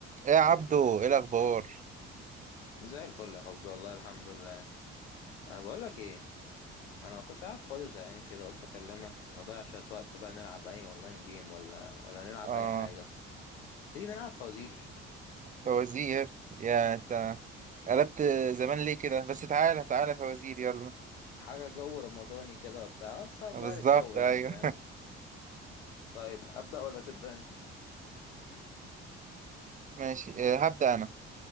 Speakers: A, on the right (about 25°); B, on the left (about 85°).
A: ايه يا عبدو ايه الاخبار
B: زي الفل يا حبي والله الحمد لله أه بقول لك ايه انا كنت قاعد فاضي وزهقان كده قلت اكلمك نضيع شويه وقت بقى نلعب اي اونلاين جيم ولا ولا نلعب
A: اه
B: اي حاجه تيجي نلعب فوازير
A: فوازير يا انت قلبت زمان ليه كده بس تعالى تعالى فوازير يلا
B: حاجه جو رمضاني كده وبتاع بس هتغير
A: بالظبط
B: الجو يعني
A: ايوه
B: فاهم طيب ابدا ولا تبدا انت
A: <laughs> ماشي آه هبدأ انا